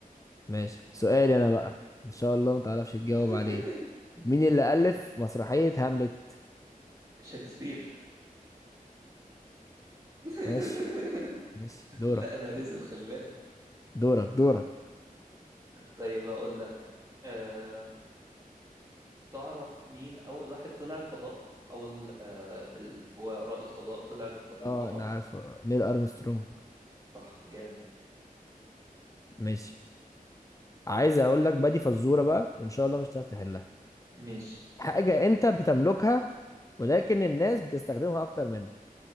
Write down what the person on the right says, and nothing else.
<laughs>
شكسبير <laughs>
لا انا رزل خلي بالك
طيب اقول لك أه... تعرف مين اول واحد طلع الفضاء اول أه... اللي هو رائد فضاء طلع الف... القمر
صح جامد
ماشي